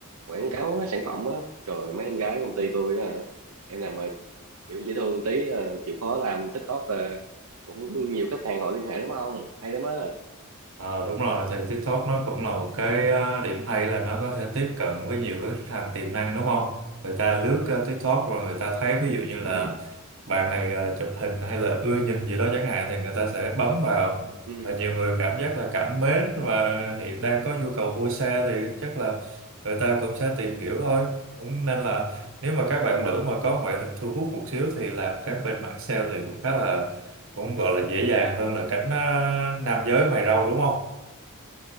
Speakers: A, on the right (about 80°); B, on the right (about 60°).
A: quảng cáo cái sản phẩm á trời mấy em gái công ty tôi á hả? em nào mà kiểu dễ thương tí ờ, chịu khó làm TikTok là cũng nhiều khách hàng họ liên hệ lắm không hay lắm á
B: Ờ, đúng rồi thì TikTok nó cũng là một cái ờ, điểm hay là nó có thể tiếp cận với nhiều cái khách hàng tiềm năng đúng không? Người ta lướt ờ, TikTok rồi
A: đúng
B: người ta thấy ví dụ như là
A: ừ,
B: bạn này ờ, chụp hình hay là ưa nhìn gì đó chẳng hạn thì người ta sẽ bấm vào
A: ừ,
B: và nhiều người cảm giác là cảm mến và hiện đang có nhu cầu mua xe thì chắc là người ta cũng sẽ tìm hiểu thôi. Cũng nên là nếu mà các bạn
A: đúng
B: nữ
A: rồi
B: mà có ngoại hình thu hút một xíu thì làm các bên mạng sale thì cũng khá là cũng gọi là dễ dàng hơn là cánh ờ, nam giới mày râu đúng không?